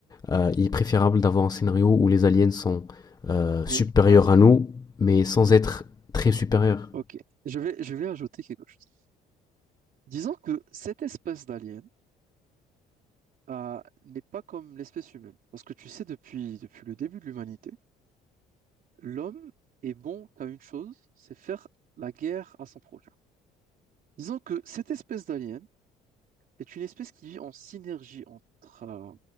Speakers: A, on the left; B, on the right.
A: euh, il est préférable d'avoir un scénario où les aliens sont euh,
B: mais
A: supérieurs
B: attends,
A: à nous, mais sans être très supérieurs.
B: ok, je vais, je vais ajouter quelque chose. Disons que cette espèce d'alien euh, n'est pas comme l'espèce humaine. Parce que tu sais, depuis, depuis le début de l'humanité, l'homme est bon qu'à une chose, c'est faire la guerre à son prochain. Disons que cette espèce d'alien est une espèce qui vit en synergie entre, euh,